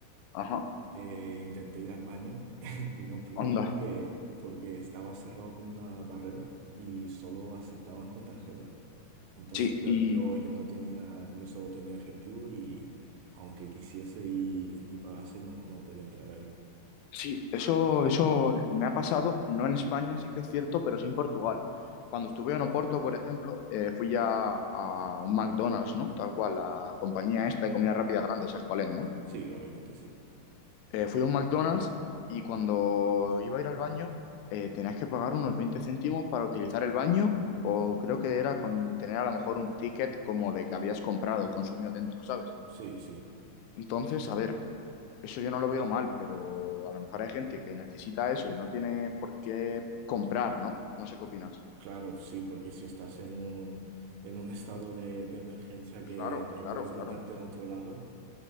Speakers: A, on the left; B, on the right.
A: Ajá.
B: eh, intenté ir al baño <laughs> y no pude
A: Onda.
B: porque, porque estaba cerrado con una barrera y solo aceptaban con tarjeta. Entonces
A: Sí,
B: yo,
A: y
B: yo, yo no tenía, yo solo tenía efectivo y aunque quisiese y, y pagase, no, no podía entrar ahí.
A: sí, eso, eso me ha pasado, no en España, sí que es cierto, pero sí en Portugal. Cuando estuve en Oporto, por ejemplo, eh, fui ya a un McDonald's, ¿no? Tal cual, la compañía esta de comida rápida grande, ¿sabes cuál es, no?
B: Sí, obviamente sí.
A: Eh, fui a un McDonald's y cuando iba a ir al baño, eh, tenías que pagar unos 20 céntimos para utilizar el baño, o creo que era con tener a lo mejor un ticket como de que habías comprado y consumido dentro, ¿sabes?
B: Sí, sí.
A: Entonces, a ver, eso yo no lo veo mal, pero a lo mejor hay gente que necesita eso y no tiene por qué comprar, ¿no? No sé qué opinas.
B: Claro, sí, porque si estás en un, en un <laughs> estado de, de emergencia que
A: Claro,
B: no
A: claro,
B: puedes
A: claro,
B: meterte en otro lado,